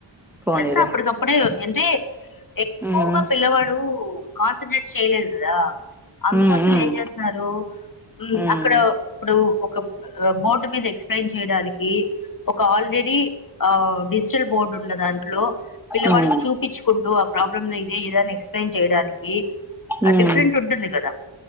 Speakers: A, in the centre; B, on the left.
A: పోనీలే
B: ప్లస్ అప్పుడికప్పుడే అంటే ఎక్కువగా
A: ఉమ్
B: పిల్లవాడు కాన్సెంట్రేట్ చేయలేదు గదా అందుకోసం
A: ఉమ్ ఉమ్
B: ఏం చేస్తారు మ్
A: ఉమ్
B: అక్కడ ఇప్పుడు ఒక బోర్డు మీద ఎక్స్ప్లెయిన్ చేయడానికి ఒక ఆల్రెడీ ఆ డిజిటల్ బోర్డు ఉన్న దాంట్లో పిల్లవాడికి
A: ఉమ్ ఉమ్
B: చూపించుకుంటూ ప్రాబ్లమ్ ఇదే ఇదని ఎక్స్ప్లెయిన్ చేయడానికి ఆ
A: ఉమ్
B: డిఫరెంట్ ఉంటుంది కదా